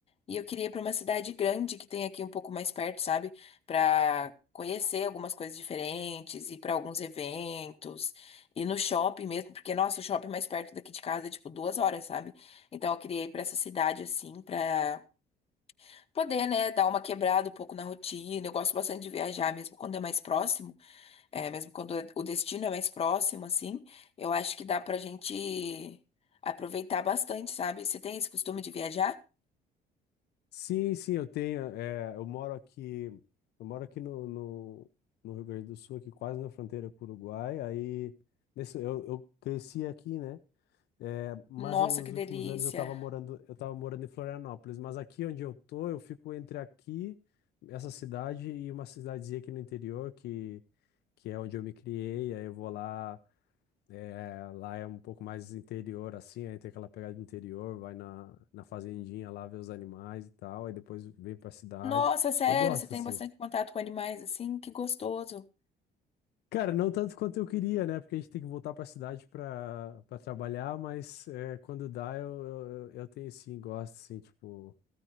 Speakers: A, on the left; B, on the left.
A: E eu queria ir para uma cidade grande que tem aqui um pouco mais perto, sabe? Para conhecer algumas coisas diferentes, ir para alguns eventos, ir no shopping mesmo, porque nossa, o shopping mais perto daqui de casa é tipo duas horas, sabe? Então eu queria ir para essa cidade assim, para poder, né, dar uma quebrada um pouco na rotina. Eu gosto bastante de viajar, mesmo quando é mais próximo, é, mesmo quando o destino é mais próximo, assim, eu acho que dá pra gente aproveitar bastante, sabe? Você tem esse costume de viajar?
B: Sim, sim, eu tenho. é, eu moro aqui, eu moro aqui no, no, no Rio Grande do Sul, aqui quase na fronteira com o Uruguai. Aí nesse, eu, eu cresci aqui, né? É, mas
A: Nossa,
B: eu- os
A: que delícia!
B: últimos anos eu estava morando, eu tava morando em Florianópolis. Mas aqui onde eu tô, eu fico entre aqui, essa cidade, e uma cidadezinha aqui no interior, que, que é onde eu me criei. Aí eu vou lá. É, lá é um pouco mais interior, assim, aí tem aquela pegada de interior, vai na, na fazendinha lá ver os animais e tal, aí depois vem pra cidade.
A: Nossa, sério,
B: Eu gosto,
A: você tem
B: assim.
A: bastante contato com animais assim? Que gostoso.
B: Cara, não tanto quanto eu queria, né? Porque a gente tem que voltar pra cidade pra, pra trabalhar, mas é, quando dá, eu, eu, eu eu tenho sim, gosto, assim, tipo,